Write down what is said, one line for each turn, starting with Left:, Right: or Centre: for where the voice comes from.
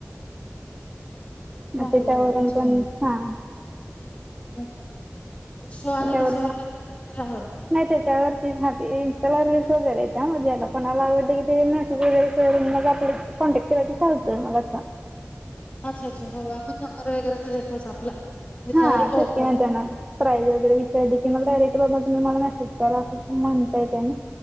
Right: म
Left: चांगलं
Right: त्याच्यावरून
Left: आहे उलट
Right: पण हा
Left: मिशो आणि
Right: त्याच्यावरून
Left: कशावर टाकताय मिंत्रावर
Right: नाही त्याच्यावरती हा इन्स्टाला रिल्स वगैरे येत्या म ज्याला कोणाला आवडलं कि ते मेसेज फोन वगैरे केला की मग आपला कॉन्टॅक्ट केला की चालतय असा
Left: अच्छा अच्छा हो आपण नंबर वगैरे तर देतोच आपला त्याच्यावर
Right: हा
Left: कळतो
Right: तेच की नंतरन प्राईज वगैरे विचारली की मग डायरेक्ट बाबा तुम्ही मला मेसेज करा असं म्हणता येतय ना.